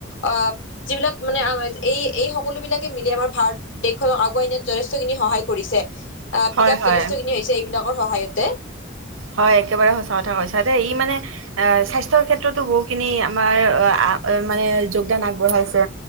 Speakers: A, on the left (about 65°); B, on the right (about 75°).
A: আহ যিবিলাক মানে এই-এই সকলো বিলাকে মিলি আমাৰ ভাৰত দেশ ধৰক আগুৱাই নিয়াত যথেষ্টখিনি সহায় কৰিছে। আহ
B: হয়
A: বিকাশ
B: হয়
A: যথেষ্ট খিনি হৈছে এইবিলাক। বৰ সহায়তে।
B: হয় একেবাৰে সঁচা কথা কৈছা দে ই মানে আহ স্বাস্থ্যৰ ক্ষেত্ৰতো বহুখিনি আমাৰ, মানে যোগদান আগবঢ়াইছে